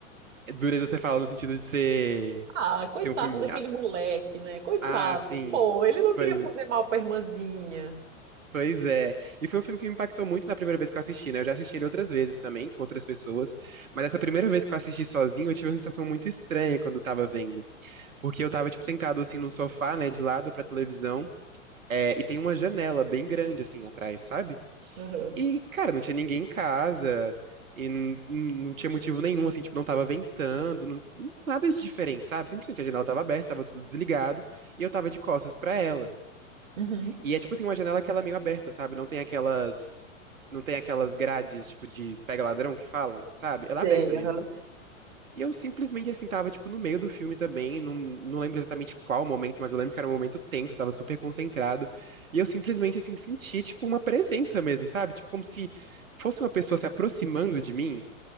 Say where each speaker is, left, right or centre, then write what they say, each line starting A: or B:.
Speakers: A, on the right (about 80°); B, on the right (about 60°).
A: É, Dureza você fala no sentido de ser,
B: Ah, coitado
A: de ser um filme.
B: daquele
A: Ah,
B: moleque, né? Coitado.
A: ah, sim.
B: Pô, ele não
A: Pois,
B: queria fazer mal pra irmãzinha.
A: pois é. E foi um filme que me impactou muito na primeira vez que eu assisti, né? Eu já assisti ele outras vezes também, com outras pessoas. Mas essa primeira vez que eu assisti sozinho, eu tive uma sensação muito estranha quando eu tava vendo. Porque eu tava, tipo, sentado assim num sofá, né? De lado pra televisão. é, e tem uma janela bem grande, assim, atrás, sabe?
B: Aham.
A: E, cara, não tinha ninguém em casa, e n- n- não tinha motivo nenhum, assim, tipo, não tava ventando, não- nada de diferente, sabe? Simplesmente a janela tava aberta, tava tudo desligado, e eu tava de costas pra ela.
B: Uhum.
A: E é, tipo assim, uma janela que ela é meio aberta, sabe? Não tem aquelas, não tem aquelas grades, tipo, de pega ladrão que falam, sabe? Ela
B: Sei,
A: é aberta mesmo.
B: aham.
A: E eu simplesmente, assim, tava, tipo, no meio do filme também, não, não lembro exatamente qual momento, mas eu lembro que era um momento tenso, eu tava super concentrado. E eu simplesmente, assim, senti, tipo, uma presença mesmo, sabe? Tipo, como se fosse uma pessoa se aproximando de mim.